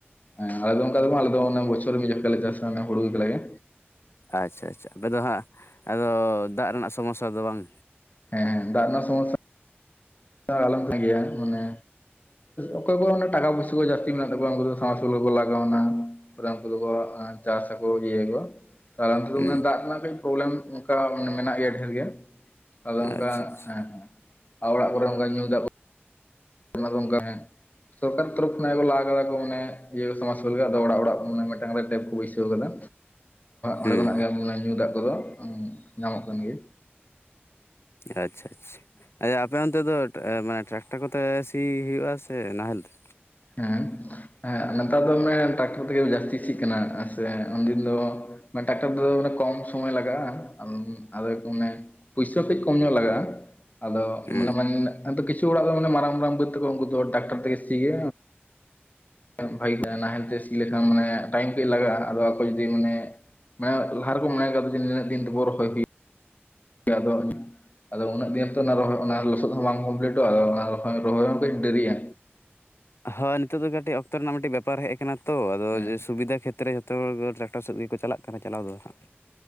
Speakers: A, on the left; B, on the left.
A: ᱦᱮᱸ ᱟᱞᱮ ᱚᱝᱠᱟ ᱫᱚ ᱵᱟᱝ ᱟᱞᱮ ᱫᱚ ᱚᱱᱮ ᱵᱚᱪᱷᱚᱨ ᱢᱤᱫ ᱡᱷᱟᱴᱠᱟ ᱞᱮ ᱪᱟᱥ-ᱟ ᱚᱱᱮ ᱦᱳᱲᱳ ᱠᱟᱞᱟᱜᱮ᱾
B: ᱟᱪᱪᱷᱟ ᱟᱪᱪᱷᱟ ᱟᱯᱮ ᱫᱚ ᱦᱟᱸᱜ ᱟᱫᱚ ᱫᱟᱜᱽ ᱨᱮᱱᱟᱜ ᱥᱚᱢᱚᱥᱟ ᱫᱚ ᱵᱟᱝ?
A: ᱦᱮᱸ ᱫᱟᱜᱽ ᱨᱮᱱᱟᱜ ᱥᱚᱢᱚᱥᱟ ᱟᱞᱟᱚᱢ ᱛᱟᱸᱜᱮᱭᱟ ᱢᱟᱱᱮ ᱚᱠᱚᱭ ᱠᱚᱣᱟᱜ ᱴᱟᱠᱟ ᱯᱚᱭᱥᱟ ᱠᱚ ᱡᱟᱹᱥᱛᱤ ᱢᱮᱱᱟᱜ ᱛᱟᱠᱚᱣᱟ ᱩᱱᱠᱩ ᱫᱚ ᱥᱟᱝᱢᱟᱥᱟᱞ ᱠᱚ ᱞᱟᱜᱟᱣᱱᱟ ᱯᱩᱨᱟ ᱩᱝᱠᱩ ᱫᱚᱠᱚ ᱪᱟᱥ ᱟᱠᱚ ᱤᱭᱟᱹ ᱭᱟᱠᱚ᱾ <unintelligible> ᱫᱟᱜ ᱨᱮᱱᱟᱜ
B: ᱦᱩᱸ
A: ᱠᱟᱹᱡ ᱯᱨᱚᱵᱞᱮᱢ ᱚᱝᱠᱟ ᱢᱟᱱ ᱢᱮᱱᱟᱜ ᱜᱮᱭᱟ ᱰᱷᱮᱨ ᱜᱮ᱾ ᱟᱫᱚ ᱚᱝᱠᱟ
B: ᱟᱪᱪᱷᱟ ᱟᱪᱪᱷᱟ
A: ᱦᱮᱸ ᱟᱨ ᱚᱲᱟᱜ ᱠᱚᱨᱮ ᱚᱝᱠᱟ ᱧᱩ ᱫᱟᱜ <inaudible> ᱚᱝᱠᱟ ᱦᱮᱸ᱾ ᱥᱚᱨᱠᱟᱨ ᱛᱚᱨᱚᱯᱷ ᱠᱷᱚᱱᱟᱜ ᱠᱚ ᱞᱟᱜ ᱟᱠᱟᱫᱟ ᱠᱚ ᱢᱟᱱᱮ ᱤᱭᱟᱹ ᱥᱟᱢᱟᱥᱟᱞ ᱜᱮ ᱟᱫᱚ ᱚᱲᱟᱜ ᱚᱲᱟᱜ ᱢᱟᱱᱮ ᱢᱤᱫᱴᱟᱝ ᱨᱮ ᱴᱮᱯ ᱠᱚ ᱵᱟᱹᱭᱥᱟᱹᱣ ᱠᱟᱫᱟ᱾ ᱚᱸᱰᱮ
B: ᱦᱩᱸ
A: ᱠᱷᱚᱱᱟᱜ
B: ᱦᱩᱸ
A: ᱜᱮ ᱧᱩ ᱫᱟᱜ ᱠᱚᱫᱚ ᱧᱟᱢᱚᱜ ᱠᱟᱱ ᱜᱮ
B: ᱟᱪᱪᱷᱟ ᱟᱪᱪᱷᱟ <unintelligible> ᱟᱯᱮ ᱚᱱᱛᱮ ᱫᱚ ᱢᱟᱱᱮ ᱴᱨᱟᱠᱴᱟᱨ ᱠᱚᱛᱮ ᱥᱤ ᱦᱩᱭᱩᱜᱼᱟ ᱥᱮ ᱱᱟᱦᱮᱞ ᱛᱮ?
A: ᱦᱮᱸ ᱦᱮᱸ ᱱᱮᱛᱟᱨ ᱫᱚ ᱢᱟᱱᱮ ᱴᱨᱟᱠᱴᱚᱨ ᱛᱮᱜᱮ ᱡᱟᱹᱥᱛᱤ ᱥᱤᱜ ᱠᱟᱱᱟ ᱥᱮ ᱩᱱᱫᱤᱱ ᱫᱚ ᱢᱟᱱᱮ ᱴᱨᱟᱠᱴᱟᱨ ᱛᱮᱫᱚ ᱢᱟᱱᱮ ᱠᱚᱢ ᱥᱚᱢᱚᱭ ᱞᱟᱜᱟᱜᱼᱟ ᱟᱫᱚ ᱢᱟᱱᱮ ᱯᱩᱭᱥᱟᱹ ᱦᱚᱸ ᱠᱟᱹᱡ ᱠᱚᱢ ᱧᱚᱜ ᱞᱟᱜᱟᱜᱼᱟ᱾ ᱟᱫᱚ
B: ᱦᱩᱸ
A: ᱢᱟᱱᱮ ᱢᱟᱱᱮ ᱢᱟᱱᱮ ᱟᱫᱚ ᱠᱤᱪᱷᱩ ᱦᱚᱲᱟᱜ ᱫᱚ ᱢᱟᱱᱮ ᱢᱟᱨᱟᱝ ᱢᱟᱨᱟᱝ ᱵᱟᱹᱫᱽ ᱛᱟᱠᱚ ᱩᱱᱠᱩ ᱫᱚ ᱴᱟᱠᱴᱟᱨ ᱛᱮᱜᱮ ᱥᱤ ᱜᱮ ᱵᱷᱟᱹᱜᱤᱜᱼᱟ ᱱᱟᱦᱮᱞ ᱛᱮ ᱥᱤ ᱞᱮᱠᱷᱟᱱ ᱢᱟᱱᱮ ᱴᱟᱭᱤᱢ ᱠᱟᱹᱡ ᱞᱟᱜᱟᱜᱼᱟ ᱟᱫᱚ ᱟᱠᱚ ᱡᱩᱫᱤ ᱢᱟᱱᱮ ᱢᱟᱱᱮ ᱞᱟᱦᱟ ᱨᱮᱠᱚ ᱢᱚᱱᱮ ᱠᱟᱫᱟ ᱡᱮ ᱱᱤᱱᱟᱹᱜ ᱫᱤᱱ ᱨᱮᱵᱚ ᱨᱚᱦᱚᱭᱱ ᱦᱩᱭᱩᱜ᱾ ᱜᱮ ᱟᱫᱚ ᱟᱫᱚ ᱩᱱᱟᱹᱜ ᱫᱤᱱᱛᱮ ᱨᱚᱦᱚᱭ ᱚᱱᱟ ᱞᱚᱥᱚᱫ ᱦᱚᱸ ᱵᱟᱝ ᱠᱚᱢᱯᱞᱤᱴᱚᱜᱼᱟ ᱟᱫᱚ ᱚᱱᱟ ᱨᱚᱦᱚᱭ ᱦᱚᱸ ᱠᱟᱹᱡ ᱰᱟᱹᱨᱤᱜ-ᱟ᱾
B: ᱦᱳᱭ ᱱᱤᱛᱚᱜ ᱫᱚ ᱠᱟᱹᱴᱤᱡ ᱚᱠᱛᱚ ᱨᱮᱱᱟᱜ ᱢᱤᱫᱴᱤᱡ ᱵᱮᱯᱟᱨ ᱦᱮᱡ ᱟᱠᱟᱱᱟ ᱛᱚ ᱟᱫᱚ
A: ᱦᱮᱸ
B: ᱡᱮ ᱥᱩᱵᱤᱫᱟ ᱠᱷᱮᱛᱨᱮ ᱡᱚᱛᱚ ᱦᱚᱲ ᱜᱮ ᱴᱨᱟᱠᱴᱟᱨ ᱥᱮᱫ ᱜᱮᱠᱚ ᱪᱟᱞᱟᱜ ᱠᱟᱱᱟ ᱪᱟᱞᱟᱣ ᱫᱚ ᱦᱟᱸᱜ᱾